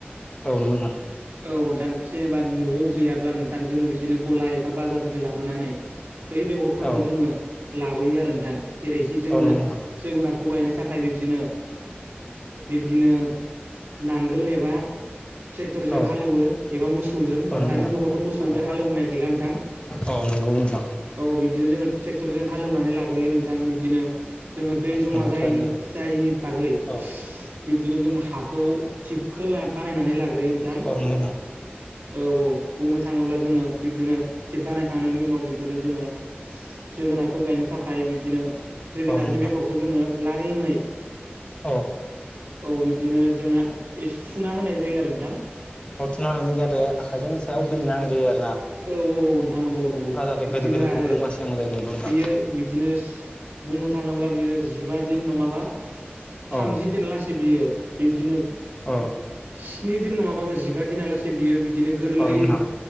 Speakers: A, on the left; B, on the right.
A: औ नंगौ नोंथां।
B: औ नोंथां जेनेबा न'आव गैयाब्ला नोंथां जोङो बिदिनो गलाय एबा बाजारनिफाय लाबोनानै बै बेगरफोरखौ
A: औ औ।
B: जोङो लाबोयो आरो नोंथां जेरैखि जोङो
A: औ नंगौ नोंथां
B: जोगोनारखौ गायनो थाखाय बिब्दिनो बिब्दिनो नांगोल एबा ट्रेक्टरजों
A: औ। औ
B: हालेवो एबा मोसौजों
A: नंगौ
B: दानि
A: नोंथां
B: जुगावथ' मोसौजों
A: औ
B: हालेवनाया
A: नंगौ
B: गैला नोंथां
A: औ नंगौ नोंथां
B: औ बिबदिनो जोङो ट्रेक्टरजों हालेवनानै लाग्रोयो नोंथां बिब्दिनो जोङो दै जमा
A: नंगौ
B: जायैनि
A: थारैनो नंगौ
B: जायैनि बागै
A: औ
B: बिदिनो जों हाखौ थिबखोल बानायनानै लागोन बे नोंथां
A: औ नंगौ नोंथां
B: औ औ बुंनो थाङोब्ला जोङो बिब्दिनो थिप बानायखांनायनि उनाव बिब्दिनो जोङो जोगोनारखौ गायनो थाखाय बिब्दिनो जोगोनारनि
A: औ नंगौ नोंथां
B: बेगरखौ जोङो लारिंङै
A: औ।
B: औ बिब्दिनो जोंङा एस थुना होनाय जायो आरो नोंथां।
A: हथनानानै जाहाथे आखाइजों सायाव गेललिनानै जायो आरो ।
B: औ औ औ नोंथां नंगौ नंगौ
A: जाहाथे
B: बिब्दिनो
A: गोदोर गोदोरखौबो
B: आरो
A: जों बासिनांगौ जायो नोंगौ नोंथां
B: बेयो बिब्दिनो सि बुंनो थाङोब्ला बियो जिबा दिन नङाबा
A: औ
B: थामजि दिन लासै बियो बिब्दिनो
A: अ।
B: स्नि दिन नङाबाबो जिबा दिना आलासे बियो बिदिनो गोरलै
A: औ नोंथां औ